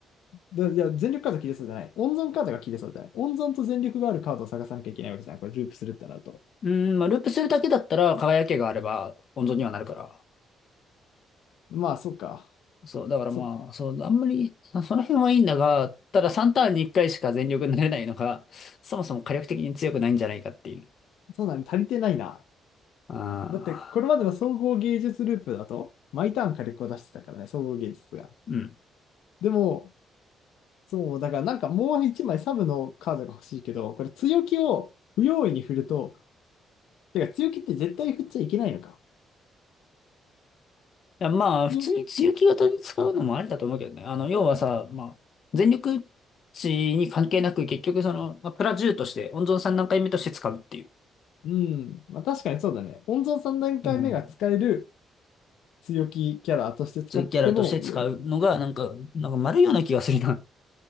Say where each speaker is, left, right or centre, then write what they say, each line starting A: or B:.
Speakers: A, on the left (about 85°); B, on the left (about 50°).
A: だいや、全力カード切れそうじゃない。温存カードが切れそうじゃない。温存と全力があるカードを探さなきゃいけないわけじゃない。これ、ループするってなると。
B: うん、まあ、ループするだけだったら、輝きがあれば、温存にはなるから。
A: まあ、そっか。
B: そう、だからまあ、
A: そっか。
B: そう、あんまり、そその辺はいいんだが、ただ3ターンに1回しか全力になれないのが、そもそも火力的に強くないんじゃないかっていう。
A: そうだね。足りてないな。
B: ああ、
A: だって、これまでの総合芸術ループだと、毎ターン火力を出してたからね、総合芸術が。
B: うん。い
A: でも、そう、だからなんかもう一枚サブのカードが欲しいけど、これ強気を不用意に振ると、てか強気って絶対振っちゃいけないのか。
B: や、まあ、
A: ね。
B: 普通に強気型に使うのもありだと思うけどね。あの、要はさ、まあ、全力値に関係なく、結局その、まあ、プラ10として、温存3段階目として使うっていう。
A: うん。まあ確かにそうだね。温存3段階目が使える
B: うん。
A: 強気キャラとして使っても良い。
B: 強いキャラとして使うのが、なんか、なんか丸いような気がするな。